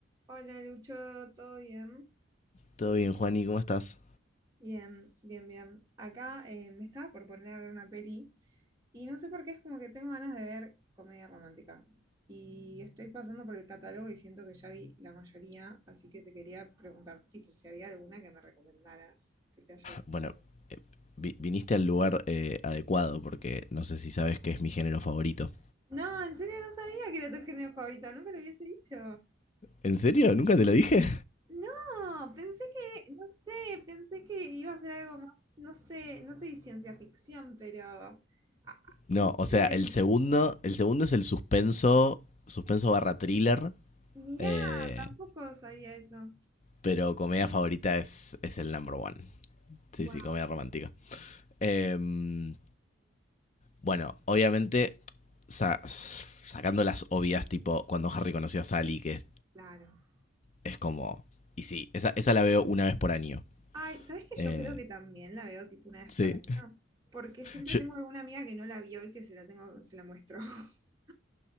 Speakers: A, on the right; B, on the left.
A: Hola Lucho, ¿todo bien?
B: Todo bien, Juani, ¿cómo estás?
A: Bien, bien, bien. Acá eh, me estaba por poner a ver una peli y no sé por qué es como que tengo ganas de ver comedia romántica. Y estoy pasando por el catálogo y siento que ya vi la mayoría, así que te quería preguntar, tipo, si había alguna que me recomendaras que te haya gustado.
B: Bueno, vi- viniste al lugar eh, adecuado porque no sé si sabes que es mi género favorito.
A: No, en serio no sabía que era tu género favorito, nunca lo hubiese dicho.
B: ¿En serio? ¿Nunca te lo dije?
A: No, pensé que, no sé, pensé que iba a ser algo más, no sé, no sé si ciencia ficción, pero ah,
B: No,
A: no sé.
B: o sea, el segundo, el segundo es el suspenso, suspenso barra thriller,
A: Mirá,
B: eh,
A: tampoco sabía eso.
B: pero comedia favorita es, es el number one. Sí,
A: Wow,
B: sí, comedia romántica. Em, bueno, obviamente, sa- sacando las obvias, tipo cuando Harry conoció a Sally, que es,
A: claro.
B: es como... Y sí, esa, esa la veo una vez por año.
A: Ay, ¿sabes qué?
B: Eh,
A: Yo creo que también la veo tipo una vez
B: sí,
A: por año, porque siempre
B: yo,
A: tengo alguna amiga que no la vio y que se la tengo, se la muestro. <laughs>